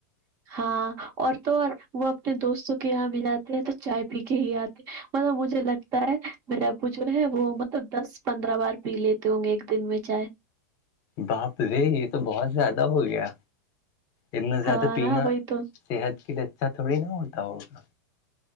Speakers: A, on the right (about 35°); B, on the left (about 40°).
A: ہاں اور تو وہ اپنے دوستوں کے یہاں بھی جاتے ہیں تو چائے پی کے ہی آتے ہیں مطلب مجھے لگتا ہے میرا ابو جو ہے وہ مطلب دس پندرہ بار پی لیتے ہوں گے ایک دن میں چاہے
B: باپ رے یہ تو بہت زیادہ ہو گیا اتنا زیادہ
A: ہاں
B: پینا
A: نا وہی تو
B: صحت کے لیے اچھا تھوڑی نہا ہوتا ہوگا